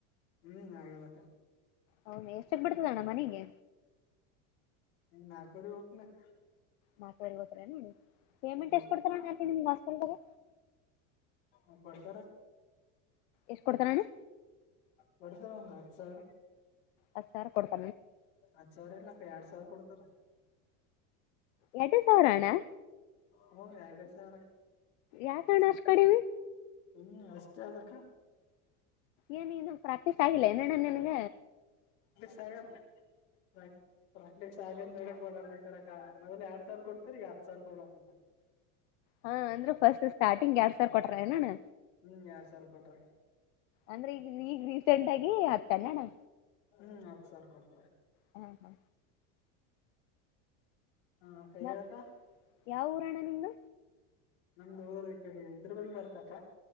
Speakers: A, on the left; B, on the left.
A: ಹ್ಮ್ ಆಗ್ಯಾದಕ್ಕ.
B: ಹೌದ ಎಷ್ಟಕ್ ಬಿಡ್ತದಣ್ಣ ಮನೆಗೆ.
A: ನಕುವರಿಗೆ ಹೋಗ್ತೀನಿ ಅಕ್ಕಾ.
B: ನಾಲ್ಕವರೆಗೆ ಹೋತಿರೆನ್ ಪೇಮೆಂಟ್
A: ಹ್ಮ್
B: ಎಷ್ಟ್ ಕೊಡ್ತಾರ ನಿಮ್ಗೆ ಹಾಸ್ಪೆಟಲ್ ದಾಗ.
A: ಹ ಪಡ್ತ
B: ಎಷ್ಟ್ ಕೊಡ್ತಾರಣ್ಣ
A: ಕೊಡ್ತಾರಾ ಒಂದು ಹತ್ತು ಸಾವಿರ.
B: ಹತ್ತು ಸಾವಿರ ಕೊಡ್ತಾ.
A: ಹತ್ ಸಾವಿರ ಇಲ್ಲಕ್ಕ ಎರಡ್ ಸಾವಿರ ಕೊಡ್ತಾರ.
B: ಎರಡೇ ಸಾವಿರ ಅಣ್ಣಾ.
A: ಹೂ ಎರಡು ಸಾವಿರಕ್ಕ
B: ಯಾಕಣ್ಣ ಅಷ್ಟ್ ಕಡಿಮೆ
A: ಹ್ಮ ಅಷ್ಟೆ. ಯಾದಕ್ಕ
B: ಏನಿನು ಪ್ರಾಕ್ಟೀಸ್ ಆಗಿಲ್ಲ ಏನ್ ಅಣ್ಣಾ ನಿನಗ.
A: ಸ <unintelligible> ಪ್ರಾಕ್ಟೀಸ್ ಆಗ ಮೇಲೆ ಕೊಡ್ಲಕ್ಂತರ ಮೊದಲು ಎರಡ್ ಸಾವಿರ ಕೊಡ್ತೀರಿ ಈಗ ಹತ್ ಸಾವಿರ ಕೊಡ್ಲಕ್ಂತ
B: ಹಾ ಅಂದ್ರರು ಫಸ್ಟ್ ಸ್ಟಾರ್ಟಿಂಗ್ ಎರಡು ಸಾವಿರ ಕೊಟ್ರ ಏನ್ ಅಣ್ಣಾ.
A: ಹ್ಮ್ ಎರಡ್ ಸಾವಿರ ಕೊಟ್ರ
B: ಅಂದ್ರೆ ಈಗ ಈಗ ರೀಸೆಂಟ್ ಆಗಿ ಹತ್ತ ಏನ್ ಅಣ್ಣಾ.
A: ಹ್ಮ್ ಹತ್ ಸಾರ್ ಕೊಡ್ತಾರ.
B: ಹಾ ಹಾ
A: ಹಾ ಅಕ್ಕ
B: ಮತ್
A: ಹೇಳಕ್ಕ.
B: ಯಾವ ಊರಣ್ಣ ನಿಮ್ದ.
A: ಒಮ್ ಊರು ಕಡೆ ಇದ್ರ ಬಲ್ಲಿ ಬರ್ತಕ್ಕ.